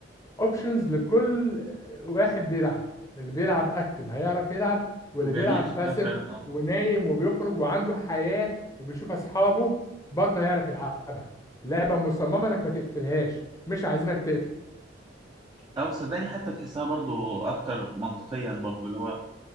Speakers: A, on the left; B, on the right.
A: اوبشنز لكل واحد بيلعب اللي بيلعب اكتف هيعرف يلعب واللي
B: وجميل
A: بيلعب
B: شكلها
A: باسيف
B: فعلا اه
A: ونايم وبيخرج وعنده حياة وبيشوف اصحابه برضه هيعرف يلعبها لعبة مصممة انك ما تقفلهاش مش عايزينك تقفل
B: اه بس صدقني حتى تحسها برضو اكتر منطقيا برضو اللي هو